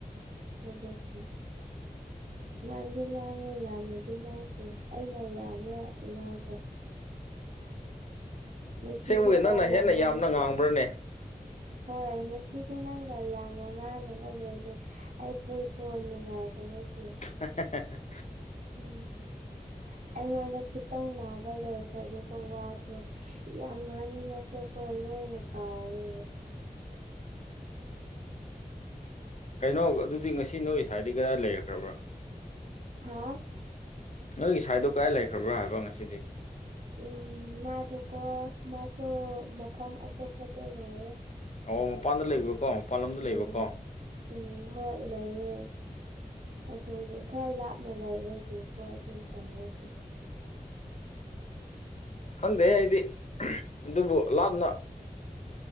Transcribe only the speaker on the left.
ꯁꯦꯡꯕꯒꯤꯦ ꯅꯪꯅ
ꯍꯦꯟꯅ
ꯌꯥꯝꯅ ꯉꯥꯡꯕ꯭ꯔꯅꯦ
ꯍ <unintelligible>
ꯀꯩꯅꯣ ꯑꯗꯨꯗꯤ ꯉꯁꯤ ꯅꯣꯏ ꯁꯥꯏꯗꯤ ꯀꯗꯥꯏ ꯂꯩꯈ꯭ꯔꯕ꯭ꯔꯥ
ꯅꯣꯏꯒꯤ ꯁꯥꯏꯗꯣ ꯀꯗꯥꯥꯏ ꯂꯩꯈ꯭ꯔꯕ꯭ꯔꯥ ꯍꯥꯏꯕ ꯉꯁꯤꯗꯤ
ꯑꯣ ꯃꯄꯥꯟꯗ ꯂꯩꯕꯀꯣ ꯃꯄꯥꯟꯂꯣꯝꯗ
ꯂꯩꯕꯀꯣ
ꯈꯪꯗꯦ ꯑꯩꯗꯤ ꯑꯗꯨꯕꯨ ꯂꯥꯞꯅ